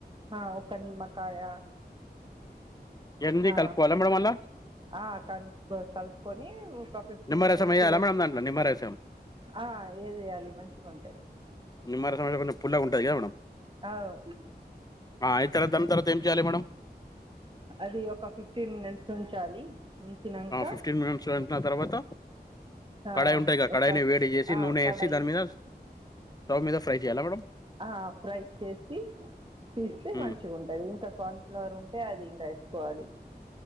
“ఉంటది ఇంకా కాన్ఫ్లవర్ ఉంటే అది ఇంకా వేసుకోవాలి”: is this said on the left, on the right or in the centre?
Right